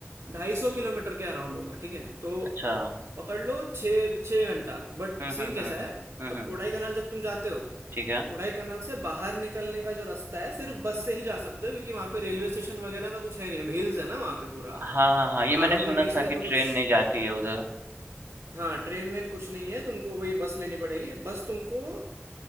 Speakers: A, on the right; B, on the right.
A: ढाई सौ किलोमीटर के अराउंड होगा ठीक है तो
B: अच्छा।
A: पकड़ लो छः छः घंटा बट
B: हुँ, हुँ,
A: सीन
B: हुँ।
A: कैसा है
B: हुँ, हुँ।
A: अब कोडाई कनाल जब तुम जाते हो
B: ठीक है।
A: कोडाई कनाल से बाहर निकलने का जो रास्ता है सिर्फ बस से ही जा सकते हो क्योंकि वहाँ पे रेलवे स्टेशन वगैरह का कुछ है नहीं अब हिल्स है ना वहाँ पे पूरा
B: हाँ, हाँ, हाँ, ये
A: पहाड़ों
B: मैंने सुना
A: के बीच
B: था
A: में
B: कि
A: तो कुछ
B: ट्रेन नहीं जाती है उधर।
A: हाँ ट्रेन वेन कुछ नहीं है तुमको वही बस लेनी पड़ेगी बस तुमको